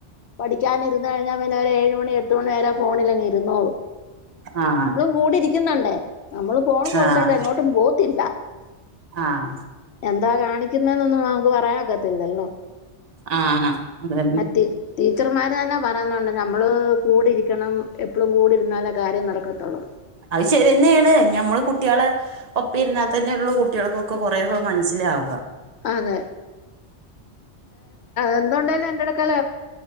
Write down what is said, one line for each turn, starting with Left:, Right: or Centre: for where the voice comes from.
Left: പഠിക്കാനിരുന്ന് കഴിഞ്ഞാൽ പിന്നെ ഒരു ഏഴുമണി എട്ട് മണി വരെ ഫോണിലങ്ങ് ഇരുന്നോളും.
Right: ആഹ്
Left: കൂടിരിക്കുന്നുണ്ട് നമ്മള് ഫോൺ കൊടുത്തിട്ട്
Right: ആഹ്
Left: എങ്ങോട്ടും പോത്തില്ല
Right: ആഹ്
Left: എന്താ കാണിക്കുന്നെന്നൊന്നും നമുക്ക് പറയാനൊക്കത്തില്ലല്ലോ.
Right: ആഹ് അതന്നെ
Left: ടീ ടീച്ചർമാർ തന്നെ പറയുന്നുണ്ട് ഞമ്മള് കൂടിരിക്കണം എപ്പളും കൂടിരുന്നാലേ കാര്യം നടക്കത്തൊള്ളെന്ന്
Right: അത് ശരി തന്നെയാണ് ഞമ്മള് കുട്ടികളെ ഒപ്പം ഇരുന്നാൽ തന്നെയുള്ള കുട്ടികൾക്കൊക്കെ കുറേയൊക്കെ മനസ്സിലാവും.
Left: അതെ എന്തുണ്ടായലും എന്റെടക്കാല